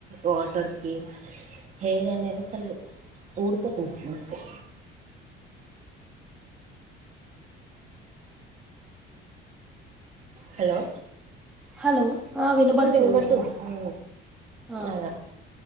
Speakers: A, on the right; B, in the centre.
A: వాటర్కి హెయిర్ అనేది అసలు ఊడిపోతుంది మోస్ట్లీ హలో
B: హలో వినబడుతుంది
A: ఆ వినిపడుతు
B: వినబడు
A: ఊ
B: ఆ,
A: అలా